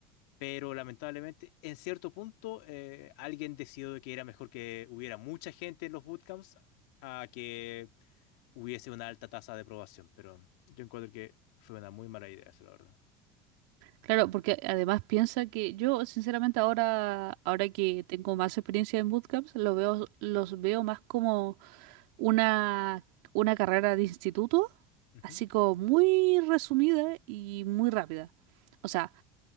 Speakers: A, on the left; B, on the right.
A: Pero lamentablemente, en cierto punto, eh, alguien decidió de que era mejor que hubiera mucha gente en los bootcamps a que hubiese una alta tasa de aprobación. Pero yo encuentro que fue una muy mala idea, eso, la verdad.
B: Claro, porque además piensa que yo, sinceramente, ahora, ahora que tengo más experiencia en bootcamps, lo veo, los veo más como una, una carrera de instituto,
A: Ujú.
B: así como muy resumida y muy rápida. O sea,